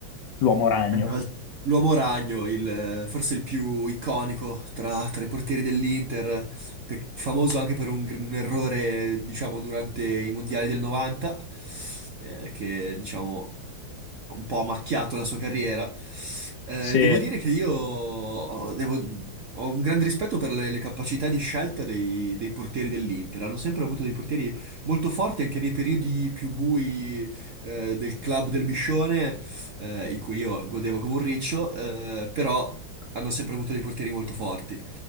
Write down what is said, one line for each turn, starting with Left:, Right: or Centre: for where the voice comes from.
Left: l'uomo ragno.
Right: Eh, ma il- L'uomo ragno, il, eh, forse il più iconico tra, tra i portieri dell'Inter, pe- famoso anche per un, gr- un errore, diciamo, durante i mondiali del 90, eh, che, diciamo, un po' ha macchiato la sua carriera. Eh,
Left: Sì,
Right: devo dire che io ho devo- ho un grande rispetto per le, le capacità di scelta dei, dei portieri dell'Inter. Hanno sempre avuto dei portieri molto forti anche nei periodi più bui, eh, del club del Biscione eh, in cui io godevo come un riccio, eh, però hanno sempre avuto dei portieri molto forti.